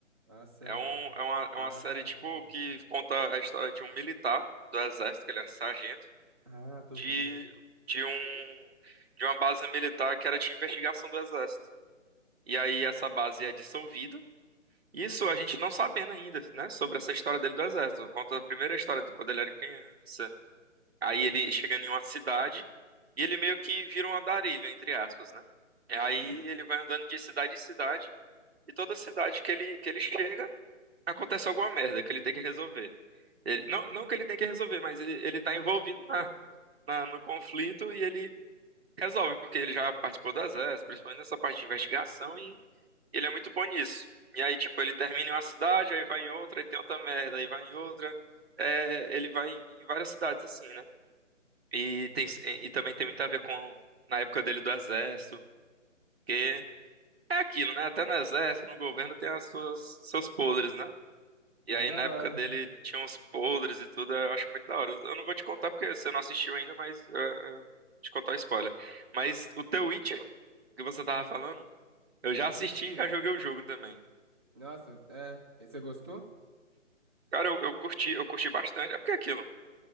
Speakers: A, on the right (about 20°); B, on the right (about 50°).
A: A C
B: É,
A: H.
B: um, é, uma, é
A: Ah,
B: uma série, tipo, que conta a história de um militar do exército, que ele é um sargento.
A: ah, tô
B: de,
A: vendo.
B: de um de uma base militar que era de investigação do Exército. E aí essa base é dissolvida. Isso a gente não sabendo ainda, né, sobre essa história dele do Exército. Conta a primeira história de quando ele era criança. Aí ele chega em uma cidade e ele meio que vira um andarilho, entre aspas, né? E aí
A: Uhum.
B: ele vai andando de cidade em cidade e toda cidade que ele que ele chega acontece alguma merda que ele tem que resolver. Ele, não, não que ele tem que resolver, mas ele, ele tá envolvido na, na- no conflito e ele Resolve, porque ele já participou do exército, principalmente nessa parte de investigação, e ele é muito bom nisso. E aí, tipo, ele termina em uma cidade, aí vai em outra, aí tem outra merda, aí vai em outra. É, ele vai em várias cidades, assim, né? E, tem, e também tem muito a ver com na época dele do exército, que é aquilo, né? Até no exército, no governo, tem as suas, seus podres, né? E
A: É
B: aí,
A: da
B: na
A: hora.
B: época dele, tinha uns podres e tudo, eu acho muito da hora. Eu não vou te contar porque você não assistiu ainda, mas é, é, te contar o spoiler. Mas o The Witcher, que você tava falando, eu já assisti e já joguei o jogo também.
A: Nossa, é. E Você gostou?
B: Cara, eu, eu curti, eu curti bastante. É porque é aquilo,